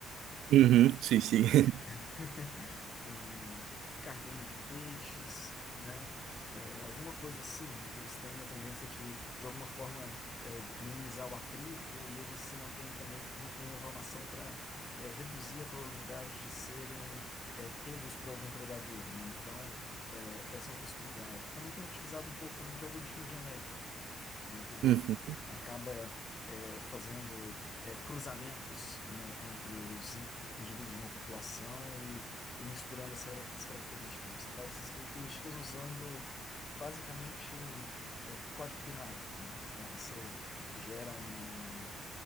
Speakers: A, on the right; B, on the left.
A: Uhum, sim, sim. <laughs>
B: <laughs> um cardume de peixes, né? É, alguma coisa assim, né? Que eles têm uma tendência de, de alguma forma, é, minimizar o atrito e eles se mantêm também de um- uma formação para reduzir a probabilidade de serem é, pegos por algum predador, né? Então, é, essa é uma possibilidade. Também tem utilizado um pouco também de algoritmo genético né, que ele
A: Uhum.
B: acaba é, fazendo é, cruzamentos, né, entre os in- indivíduos de uma população e, e misturando as, car- as características. Você faz essas características usando basicamente é, código binário, né? Então você gera um,